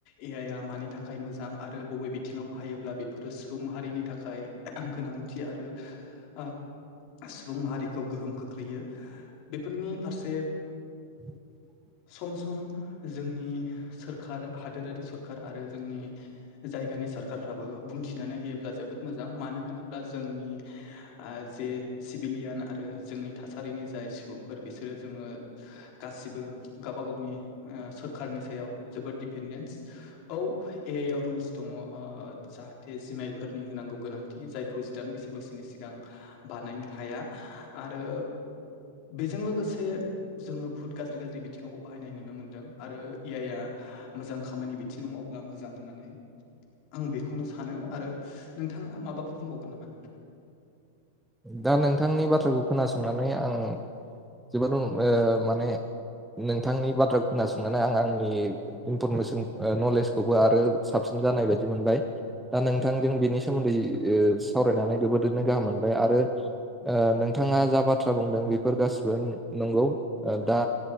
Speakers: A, on the left; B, in the centre.
A: ए आइ आ मानि थाखाय मोजां आरो बबे बिथिङाव बाहायोब्ला बेफोरो सुबुं माहारिनि थाखाय गोनांथि आरो ओ सुबुं माहारिखौ गोहोम खोख्लैयो बिफोरनि फारसे
B: <inaudible>
A: सम सम जोंनि सोरखार, हादोरारि सरखार आरो जोंनि जायगानि सोर खारफ्राबो बुंथिनानै होयोब्ला जोबोद मोजां। मानो होनोब्ला जोंनि ओ जे सिभिलियान आरो जोंनि थासारिनि जाय सुबुंफोर बिसोरो जोङो गासिबो गावबा गावनि ओ सोरखारनि सायाव जोबोद दिडिपेन्डेन्स। औ ए आइ आव रुल्स दङ। ओ जाहाथे जिमाइलफोरनि होनांगौ गोनांथि, जायखौ जिदाइन बैसो बैसोनि सिगां बानायनो हा हाया आरो बेजों लोगोसे जोङो भुत गाज्रि गाज्रि बिथिङावबो बाहायनाय नुनो मोनदों आरो ए आइ आ मोजां खामानि बिथिङाव मावब्ला मोजां होननानै आं बेखौनो सानो आरो नोंथाङा माबाफोर बुंबावगोन नामा?
B: दा नोंथांनि बाथ्राखौ खोनासंनानै आं जोबोद ओ माने नोंथांनि बाथ्राखौ खोनासंनानै आं आंनि इनपरमेसन ओ नलेजखौबो आरो साबसिन जानाय बायदि मोनबाय। दा नोंथांजों बिनि सोमोन्दै ओ सावरायनानै जोबोरैनो गाहाम मोन बाय आरो ओ नोंथाङा जा बाथ्रा बुंदों बेफोर गासिबो नंगौ। ओ दा